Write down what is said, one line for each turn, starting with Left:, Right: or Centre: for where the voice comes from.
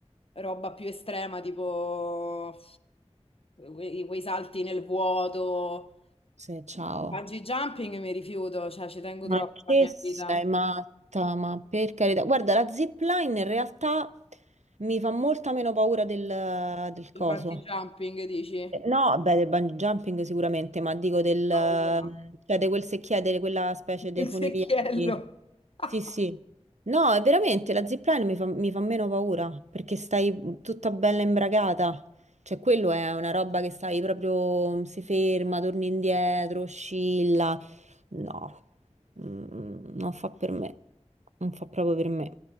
Left: roba più estrema, tipo quei, quei salti nel vuoto,
Right: sì, ciao.
Left: bungee jumping mi rifiuto, cioè ci tengo
Right: Ma
Left: troppo
Right: che
Left: alla mia
Right: sei
Left: vita.
Right: matta, ma per carità. Guarda, la zipline in realtà mi fa molta meno paura del, del coso.
Left: Il bungee jumping dici?
Right: Eh, No, beh, del bungee jumping sicuramente, ma dico del, eh,
Left: Ho Paura.
Right: cioè di quel secchiere, di quella specie di
Left: il
Right: funivia.
Left: secchiello.
Right: di-
Left: <laughs>
Right: Sì, sì. No, è veramente, la zipline mi fa, mi fa meno paura, perché stai tutta bella imbragata. Cioè, quello è una roba che stai proprio, si ferma, torni indietro, oscilla. No, Mm, non fa per me. Non fa proprio per me.